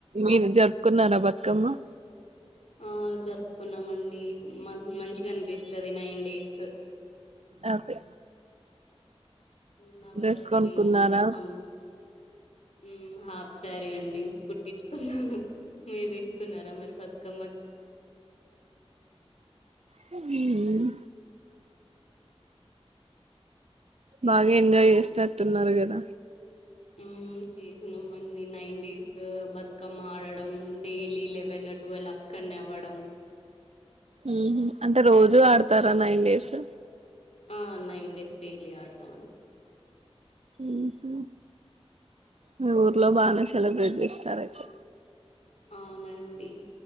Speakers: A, on the right; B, on the left.
A: మీరు జరుపుకున్నారా బతుకమ్మ
B: ఆ జరుపుకున్నామండి మ మంచిగాని పిస్తది నైన్ డేస్
A: అదే
B: హ్మ్. నవరాత్రి
A: డ్రెస్ కొనుకున్నార
B: అమ్ హ్మ్. హాఫ్ సారి అండి కుట్టించుకున్నాను మీరు తీసుకున్నార మరి బతుకమ్మకి
A: హ్మ్ బాగ ఎంజాయ్ జేస్నట్టు ఉన్నారు కదా
B: హ్మ్ చేసినామండి నైన్ డేస్ బతుకమ్మ ఆడడం డైలీ లెవెన్ ట్వెల్వ్ అక్కనేవ్వడం
A: ఉహు అంటే రోజూ ఆడతారా నైన్ డేస్
B: ఆ నైన్ డేస్ డైలీ ఆడతామండి
A: ఉహు మీ ఊర్లో బానే సెలబ్రెట్ జెస్తార అయితే
B: అవునండి